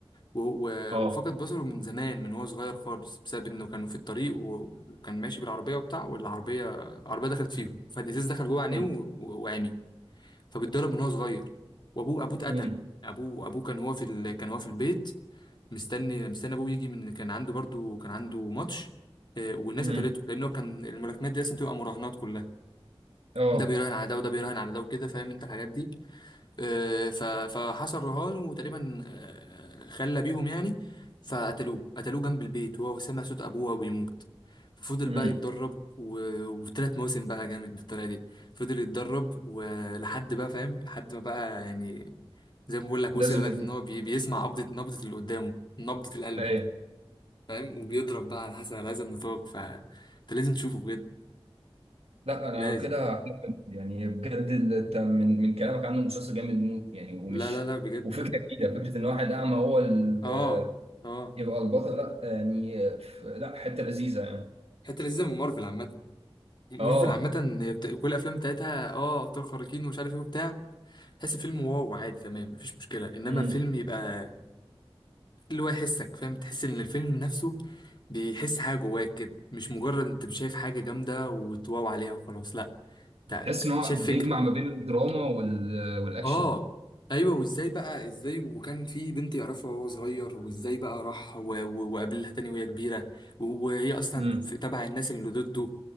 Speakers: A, on the left; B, on the right.
A: و- و-
B: اه
A: وفقد بصره من زمان من هو صغير خالص بسبب انه كانوا في الطريق و- وكان ماشي بالعربيه وبتاع والعربيه العربيه دخلت فيهم فالازاز دخل جوه عينيه
B: امم
A: و- و- وعمي فبيتضرب من هو صغير وابوه ابوه اتقتل
B: امم
A: ابوه ابوه كان هو في ال... كان هو في البيت مستني مستني ابوه يجي من كان عنده برضو كان عنده ماتش آه، والناس
B: امم
A: قتلته لان هو كان الملاكمات دي اصلا تبقى مراهنات كلها
B: اه
A: ده بيراهن على ده وده بيراهن على ده وكده فاهم انت الحاجات دي آه، ف- فحصل رهان وتقريبا آه، خلى بيهم يعني فقتلوه قتلوه جنب البيت وهو سمع صوت ابوه وهو بيموت فضل
B: امم
A: بقى يتدرب و- وثلاث مواسم بقى جامد بالطريقه دي فضل يتدرب ولحد بقى فاهم لحد ما بقى يعني زي ما بقول لك وصل
B: لازم
A: لدرجه
B: ينطق
A: ان هو بي- بيسمع قبضه نبضه اللي قدامه نبضه القلب
B: ايوه
A: فاهم وبيضرب بقى على حسب على هذا النطاق فانت لازم تشوفه بجد
B: لا انا
A: لازم
B: لو كده هحمد يعني بجد ال- انت من من كلامك عنه مسلسل جامد موت يعني ومش
A: لا لا لا بجد
B: وفكره جديده فكره ان واحد اعمى هو ال-
A: اه اه
B: يبقى البطل لا يعني ف- لا حته لذيذه يعني
A: حته لذيذه من مارفل عامه مارفل
B: اه
A: عامة هي بت- كل الأفلام بتاعتها اه أبطال خارقين ومش عارف ايه وبتاع تحس الفيلم واو عادي تمام مفيش مشكلة إنما
B: امم
A: فيلم يبقى اللي هو يحسك فاهم تحس إن الفيلم نفسه بيحس حاجة جواك كده مش مجرد أنت مش شايف حاجة جامدة وتواو عليها وخلاص لأ أنت
B: تحس ان هو
A: شايف
B: بيجمع
A: فكرة
B: ما بين الدراما وال- والاكشن
A: اه ايوه وازاي بقى ازاي وكان في بنت يعرفها وهو صغير وازاي بقى راح و- و- وقابلها تاني وهي كبيره و- وهي اصلا
B: امم
A: في تبع الناس اللي ضده